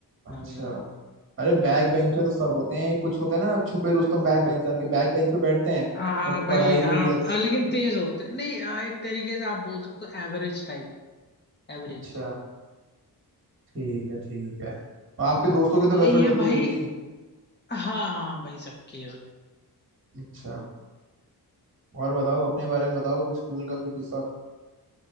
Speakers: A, on the right; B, on the left.
A: अच्छा
B: ना भी वो नहीं।
A: अरे बैक बेंचर तो सब होते हैं कुछ होते हैं ना छुपे रुस्तम बैक बेंचर के बैक बेंच पे बैठते हैं
B: हाँ हाँ
A: बट
B: भाई
A: पढ़ाई
B: हाँ
A: में भी अच्छे
B: अ, लेकिन तेज होते नहीं हाँ, एक तरीके से आप बोल सकते हो एवरेज टाइप एवरेज
A: अच्छा ठीक है ठीक है और आपके दोस्तों की तो
B: तो
A: गर्लफ्रेंड
B: ये
A: होती
B: भाई
A: होगी
B: हाँ हाँ भाई सबकी है
A: अच्छा और बताओ अपने बारे में बताओ कुछ स्कूल का कोई किस्सा